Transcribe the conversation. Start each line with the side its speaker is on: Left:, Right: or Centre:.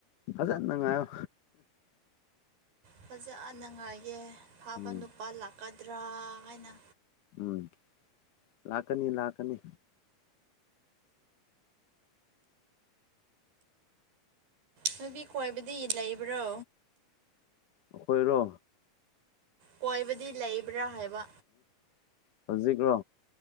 Left: ꯑꯗꯨꯟꯅꯉꯣ꯫
Right: ꯐꯖꯅꯉꯥꯏꯒꯤ ꯐꯥꯕ
Left: ꯎꯝ
Right: ꯅꯨꯄꯥ ꯂꯥꯛꯀꯗ꯭ꯔꯥ ꯍꯥꯏꯅ꯫
Left: ꯎꯝ ꯂꯥꯛꯀꯅꯤ ꯂꯥꯛꯀꯅꯤ꯫
Right: ꯅꯨꯄꯤ ꯀꯣꯏꯕꯗꯤ ꯂꯩꯕ꯭ꯔꯣ꯫
Left: ꯑꯩꯈꯣꯏꯔꯣ꯫
Right: ꯀꯣꯏꯕꯗꯤ ꯂꯩꯕ꯭ꯔꯥ ꯍꯥꯏꯕ꯫
Left: ꯍꯧꯖꯤꯛꯔꯣ